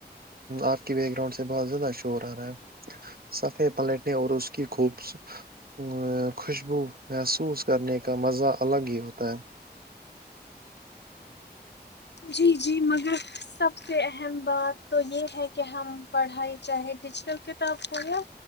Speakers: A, on the right (about 60°); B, on the left (about 90°).
A: آپ کے بیک گراؤنڈ سے بہت زیادہ شور آ رہا ہے صفحے پلٹنے اور اس کی خوب ا خوشبو محسوس کرنے کا مزہ الگ ہی ہوتا ہے
B: جی جی مگر سب سے اہم بات تو یہ ہے کہ ہم پڑھائی چاہے ڈیجیٹل کتاب ہو یا